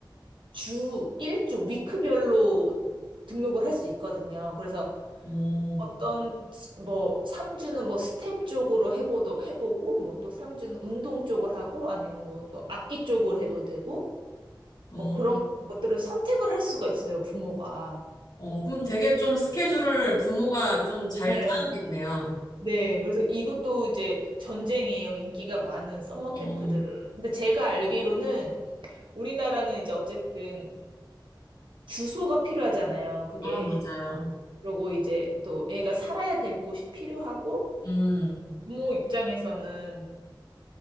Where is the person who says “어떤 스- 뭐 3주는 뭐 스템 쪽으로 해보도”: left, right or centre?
Right